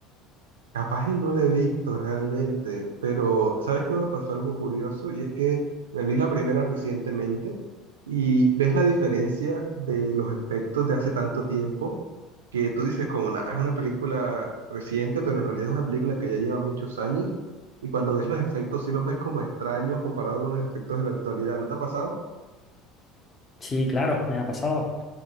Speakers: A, on the right; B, on the left.
A: Capaz y no la he visto realmente, pero ¿sabes qué me pasó algo curioso? Y es que me vi la primera recientemente y ves la diferencia de los efectos de hace tanto tiempo que tú dices como nada, es una película reciente, pero en realidad es una película que ya lleva muchos años y cuando ves los efectos sí los ves como extraños comparado con los efectos de la actualidad. ¿No te ha pasado?
B: Sí, claro, me ha pasado.